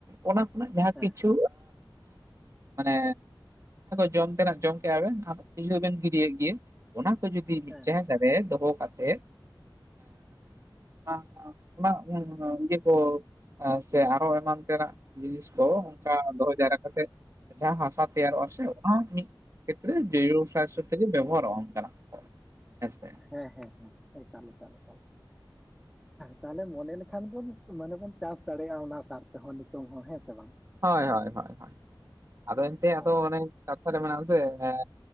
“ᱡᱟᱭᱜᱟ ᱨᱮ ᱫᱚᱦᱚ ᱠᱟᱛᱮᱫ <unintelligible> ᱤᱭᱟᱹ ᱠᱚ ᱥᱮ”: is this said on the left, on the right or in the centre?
Right